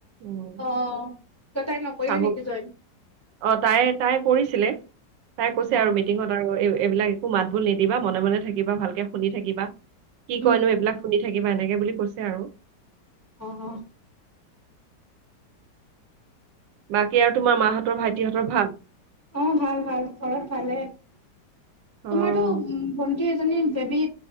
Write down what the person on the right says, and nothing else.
উম,
চাহু
অ, তাই তাই কৰিছিলে তাই কৈছে
আৰু মিটিঙত আৰু এই এইবিলাক একো মাত বোৰ নিদিবা মনে মনে থাকিবা ভালকে শুনি থাকিবা কি
কইনো এইবিলাক শুনি থাকিবা এনেকে বুলি কৈছে আৰু
বাকী আৰু তোমাৰ মাহঁতৰ ভাইটিহঁতৰ ভাল?
অ',